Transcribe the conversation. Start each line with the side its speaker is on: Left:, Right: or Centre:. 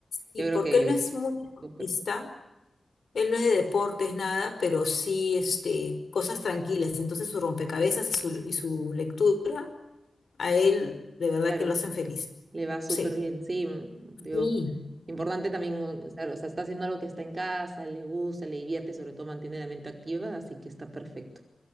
Left: Y
Right: yo creo
Left: porque
Right: que
Left: él no es muy deportista,
Right: súper.
Left: él no es de deportes, nada, pero sí este, cosas tranquilas. Entonces su rompecabezas y su, y su lectura, a él de verdad
Right: Claro,
Left: que lo hacen feliz.
Right: le va súper
Left: Sí.
Right: bien, sí, mm, digo,
Left: Sí.
Right: importante también, o sea, o sea, está haciendo algo que está en casa, le gusta, le divierte y sobre todo mantiene la mente activa, así que está perfecto.